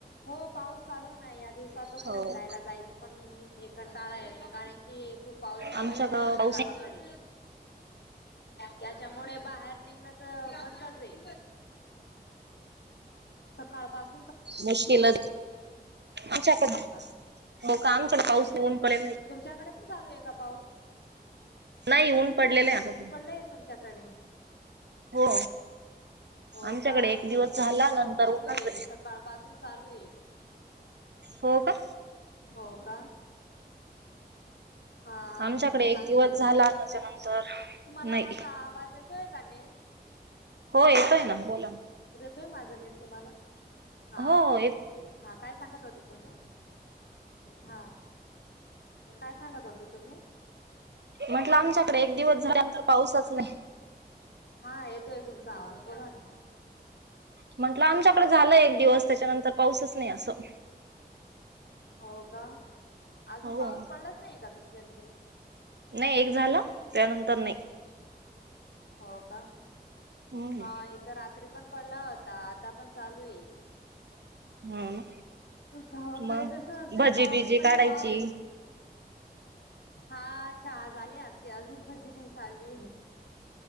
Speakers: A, on the left (about 75°); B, on the right (about 90°).
A: हो पाऊस चालू ना. या दिवसाचं कुठे
B: हो
A: फिरायला जायचं पण हे कंटाळा येतो कारण कि, खूप पाऊस चालू
B: आमच्याकडं
A: आहे ना इथं
B: पाऊस
A: गावाकडे त्याच्यामुळे बाहेर निघणं, तर बंदच आहे. सकाळ पास
B: मुश्किलच. आमच्याकडे
A: हो
B: लवकर
A: का
B: आमच्याकडे पाऊस-ऊन पडत नाही.
A: तुमच्याकडे पण चालू आहे का पाऊस?
B: नाही ऊन
A: ऊन-सावली-ऊन,
B: पडलेलं आहे आमच्याकडे
A: पडलंय का तुमच्याकडे?
B: हो.
A: हो
B: आमच्याकडे
A: का?
B: एक
A: इथं
B: दिवस
A: तर भरपूर
B: झाला
A: पाऊस
B: नंतर
A: चालू
B: ऊनच
A: आहे, सकाळ पासून चालू आहे.
B: हो, का?
A: हो, का? हा..
B: आमच्याकडे
A: चांगली
B: एक दिवस
A: गोष्ट
B: झाला
A: आहे.
B: त्याच्यानंतर
A: तुम्हाला,
B: नाही
A: माझा आवाज येतोय का नीट?
B: हो येतोय ना, बोला.
A: देवू माझं नेट तुम्हाला? हा.
B: हो येतोय
A: हा, काय सांगत होते तुम्ही? हा, काय सांगत होते तुम्ही?
B: म्हटलं आमच्याकडे एक दिवस झाल्यानंतर, पाऊसच नाही.
A: हा येतोय तुमचा आवाज, बोला ना.
B: म्हटलं आमच्याकडे झालंय एक दिवस, त्याच्यानंतर पाऊसच नाही असं
A: हो का? अजून
B: हो
A: पाऊस पडलाच नाही का, तुमच्या तिकडे?
B: नाही एक झाला, त्यानंतर नाही.
A: हो का?
B: हम्म
A: हा यथं रात्री पण पडला होता, आता पण चालू आहे.
B: हो ना
A: गावाकडे
B: मग
A: कसं असतो,
B: भजी
A: पाऊस
B: बिजी
A: म्हणजे
B: काढायची
A: पाऊस हा.. चहा झाली आमची, अजून भजी नाही खाल्ली.